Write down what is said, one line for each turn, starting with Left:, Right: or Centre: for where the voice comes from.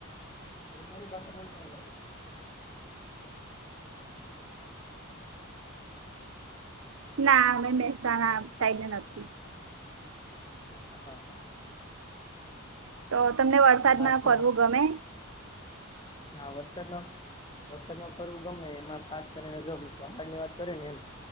Left: એ થોડી ભાષા બલતા લાગે છે.
Right: ના અમે બેસાના થાયને નથી
Left: અચ્છા
Right: તો તમને વરસાદમાં
Left: હા તો
Right: ફરવુ ગમે
Left: હા વરસાદમાં વરસાદ ન ફરવું ગમે એમાં ખાસ કરીને જો પહાડ ની વાત કરી ને એમ